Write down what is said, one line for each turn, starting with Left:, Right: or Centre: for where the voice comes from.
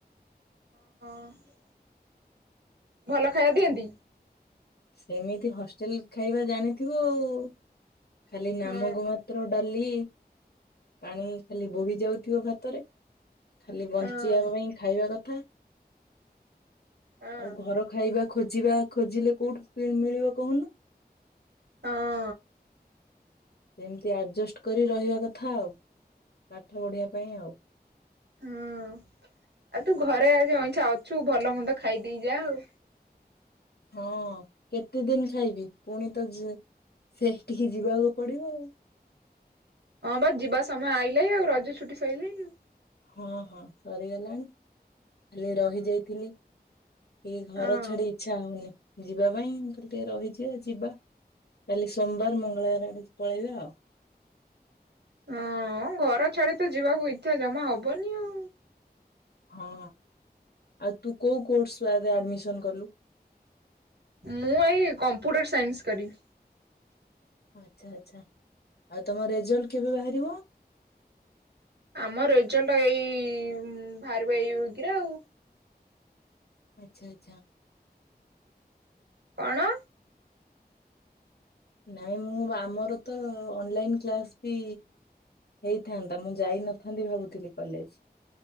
Right: ହଁ। ଭଲ ଖାଇବା ଦିଅନ୍ତି।
Left: ସେମିତି ହଷ୍ଟେଲ ଖାଇବା ଜାଣିଥିବ ଆଉ ଖାଲି ନାମ
Right: ହଁ
Left: କୁ ମାତ୍ର। ପତ୍ର ଡାଲି ପାଣି ଖାଲି ବୋହି ଯାଉଥିବ ଭାତରେ। ଖାଲି ବଞ୍ଚିବା
Right: ହଁ ହଁ।
Left: ପାଇଁ ଖାଇବା କଥା
Right: ହଁ
Left: ଆଉ ଘର ଖାଇବା ଖୋଜିବା ଖୋଜିଲେ କୋଉଠୁ ମିଳିବ କହୁନୁ?
Right: ହଁ।
Left: ସେମିତି ଆଡଜଷ୍ଟ କରି ରହିବା କଥା ଆଉ ପାଠ ପଢିବା ପାଇଁ ଆଉ।
Right: ହଁ ଆଉ ତୁ ଘରେ ଆଜି ଅଇଁକା ଅଛୁ ଭଲ ମନ୍ଦ ଖାଇଦେଇ ଯାଆ ଆଉ।
Left: ହଁ କେତେ ଦିନ ଖାଇବି ପୁଣି ତ ସେଠିକି ଯିବାକୁ ପଡିବ ଆଉ
Right: ହଁ ବା ଯିବା ସମୟ ଆଇଲେ ଆଉ ରଜ ଛୁଟି ସଇଲେ ଆଉ
Left: ହଁ ହଁ ସରିଗଲାଣି ଖାଲି ରହିଯାଇଥିଲି ଏ ଘର
Right: ହଁ
Left: ଛାଡି ଇଚ୍ଛା ହଉନି ଯିବା ପାଇଁ ମୁଁ କହିଲି ଟିକେ ରହିଯିବା ଯିବା। କାଲି ସୋମବାର ମଙ୍ଗଳବାର ଆଡେ ପଳେଇବା ଆଉ
Right: ହଁ ଘର ଛାଡି ତ ଯିବାକୁ ଇଚ୍ଛା ଜମା ହବନି। ଆଉ।
Left: ହଁ ଆଉ ତୁ କୋଉ କୋର୍ସରେ ଆଡମିସନ କଲୁ?
Right: ମୁଁ ଏଇ କମ୍ପ୍ୟୁଟର ସାଇନ୍ସ କରିବି।
Left: ଆଛା ଆଛା ଆଉ ତମ ରେଜଲ୍ଟ କେବେ ବାହାରିବ?
Right: ଆମ ରେଜଲ୍ଟ ଏଇ ବାହାରିବ ଏଇ ୱିକ୍ ରେ ଆଉ
Left: ଆଚ୍ଛା ଆଚ୍ଛା।
Right: କଣ?
Left: ନାଇଁ ମୁଁ ଆମର ତ ଅନଲାଇନ କ୍ଲାସ ବି ହେଇଥାନ୍ତା ମୁଁ ଯାଇନଥାନ୍ତି ଭାବୁଥିଲି କଲେଜ